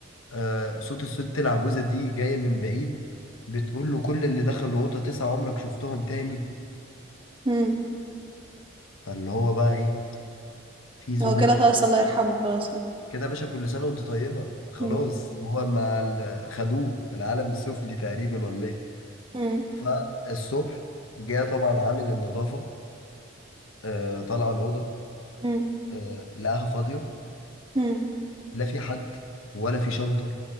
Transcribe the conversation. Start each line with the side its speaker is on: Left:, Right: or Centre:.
Left: آه صوت الست العجوزه دي جايه من بعيد بتقول له كل اللي دخلوا الاوضه تسعه عمرك شفتهم تاني
Right: مم.
Left: فاللي هو بقى ايه في ذهول
Right: هو كده خلاص الله يرحمه خلاص يعني
Left: كده يا باشا كل سنه وانت طيبه خلاص
Right: مم.
Left: هو مع ال- خدوه العالم السفلي تقريبا ولا ايه
Right: مم.
Left: فالصبح جه طبعا عامل النظافة آه، طلع الأوضة
Right: مم.
Left: آه، لقاها فاضية
Right: مم.
Left: لا في حد ولا في شنطة